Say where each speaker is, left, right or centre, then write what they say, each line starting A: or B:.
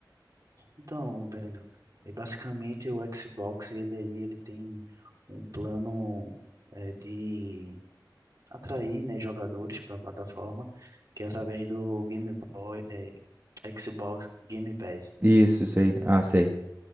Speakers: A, on the right; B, on the right.
A: Então, Brendo, é, basicamente o Xbox, ele aí, ele tem um plano é, de atrair, né, jogadores para a plataforma, que é através do Game Boy, é, Xbox Game Pass.
B: Isso, isso aí, ah, sei.